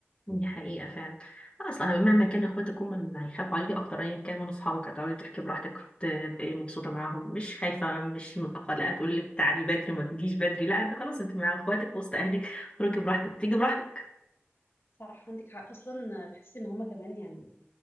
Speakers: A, on the left (about 25°); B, on the left (about 75°).
A: دي حقيقة فعلا أصلا مهما كان إخواتك هم اللي هيخافوا عليكي أكتر أيا كان من أصحابك هتقعدي تحكي براحتك تبقي مبسوطة معاهم مش خايفة مش متأخرة لا تقول لك تعالي بدري ما تجيش بدري لا أنت خلاص أنت مع إخواتك في وسط أهلك خرجي براحتك وتيجي براحتك
B: صح عندك حق اصلا تحسي ان هما كمان يعني